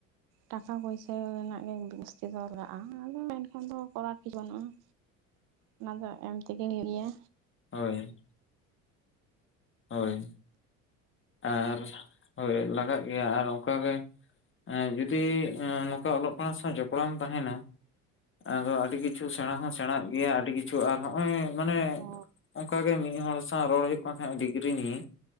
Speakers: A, on the right; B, on the left.
A: ᱴᱟᱠᱟ ᱯᱩᱭᱥᱟᱹ ᱨᱮᱱᱟᱜ ᱜᱮ ᱡᱟᱹᱥᱛᱤ ᱫᱚ ᱞᱟᱜᱟᱜᱼᱟ ᱟᱫᱚ ᱢᱮᱱᱠᱷᱟᱱ ᱫᱚ ᱠᱚᱨᱟᱨ ᱠᱤᱪᱷᱩ ᱵᱟᱹᱱᱩᱜᱼᱟ᱾ ᱚᱱᱟ ᱫᱚ ᱮᱢ ᱛᱮᱜᱮ ᱦᱩᱭᱩᱜ ᱜᱮᱭᱟ᱾
B: ᱦᱳᱭ᱾ ᱦᱳᱭ᱾ ᱟᱨ ᱦᱳᱭ ᱞᱟᱜᱟᱜ ᱜᱮᱭᱟ ᱟᱨ ᱚᱝᱠᱟᱜᱮ ᱮᱸ ᱡᱩᱫᱤ ᱮᱸ ᱱᱚᱝᱠᱟ ᱚᱞᱚᱜ ᱯᱟᱲᱦᱟᱜ ᱥᱟᱶ ᱡᱚᱯᱲᱟᱣᱼᱮᱢ ᱛᱟᱦᱮᱸᱱᱟ ᱟᱫᱚ ᱟᱹᱰᱤ ᱠᱤᱪᱷᱩ ᱥᱮᱬᱟ ᱦᱚᱸ ᱥᱮᱬᱟᱜ ᱜᱮᱭᱟ ᱟᱹᱰᱤ ᱠᱤᱪᱷᱩ ᱟᱨ ᱱᱚᱸᱜᱼᱚᱭ ᱢᱟᱱᱮ
A: ᱚ
B: ᱚᱱᱠᱟ ᱜᱮ ᱢᱤᱫ ᱦᱚᱲ ᱥᱟᱶ ᱨᱚᱲ ᱦᱩᱭᱩᱜ ᱠᱟᱱ ᱛᱟᱦᱮᱸᱱᱟ ᱰᱤᱜᱽᱨᱤ ᱱᱤᱭᱮ,